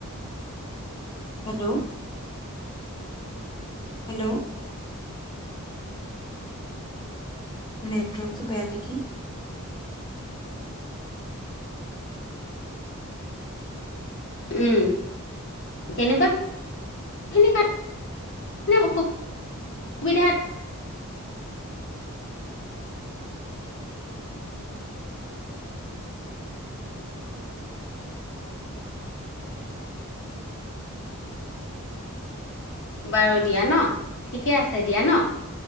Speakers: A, on the left; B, on the left.
A: হেল্ল'! হেল্ল'! নেটৱৰ্কটো বেয়া নেকি?
B: উম। তেনেকুৱাই, এনেকে অসু, বিধাত বাৰু দিয়া ন! ঠিকে আছে দিয়া ন!